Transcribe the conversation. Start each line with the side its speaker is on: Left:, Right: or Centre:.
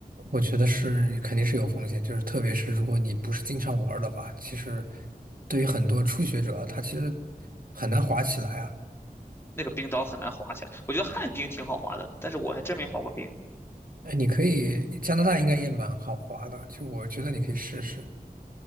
Right: 我觉得是肯定是有风险，就是特别是如果你不是经常玩儿的话，其实对于很多初学者，他其实很难滑起来啊。
Left: 那个冰刀很难滑下来。我觉得旱冰挺好滑的，但是我还真没滑过冰。
Right: 哎，你可以，加拿大应该也蛮好滑的，就我觉得你可以试试。